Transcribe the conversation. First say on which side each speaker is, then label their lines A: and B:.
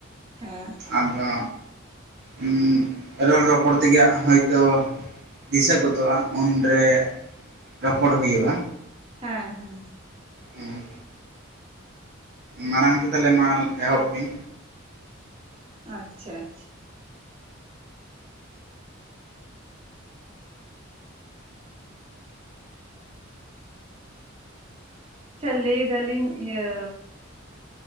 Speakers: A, on the right; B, on the right.
A: ᱦᱮᱸ᱾
B: ᱟᱫᱚ ᱩᱸᱻ ᱨᱚᱲ ᱨᱚᱯᱚᱲ ᱛᱮᱜᱮ ᱦᱟᱸᱜ ᱦᱳᱭᱛᱳ ᱫᱤᱥᱟᱹ ᱜᱚᱫᱚᱜ-ᱟ ᱩᱱᱨᱮ ᱨᱚᱯᱚᱲ ᱦᱩᱭᱩᱜ-ᱟ᱾
A: ᱦᱮᱸ ᱦᱮᱸ᱾
B: ᱦᱩᱸ᱾ ᱢᱟᱲᱟᱝ ᱛᱮ ᱛᱟᱦᱞᱮ ᱢᱟ ᱮᱦᱚᱵ ᱵᱤᱱ᱾
A: ᱟᱪᱪᱷᱟ ᱟᱪᱪᱷᱟ᱾ ᱟᱪᱪᱷᱟ ᱞᱟᱹᱭ ᱫᱟᱞᱤᱧ ᱤᱭᱟᱹ